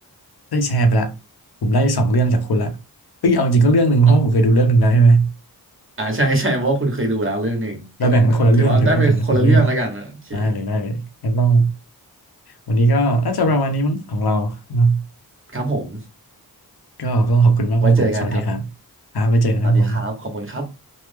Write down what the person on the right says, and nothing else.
อ่อ่าใช่ใช่เพราะว่าคุณเคยดูแล้วเรื่องหนึ่งก็เลยเอ่อถือว่าได้ไปคนละเรื่องแล้วกันอ่ะโอเค
ครับผม
ไว้เจอกันครับ
สวัสดีครับขอบคุณครับ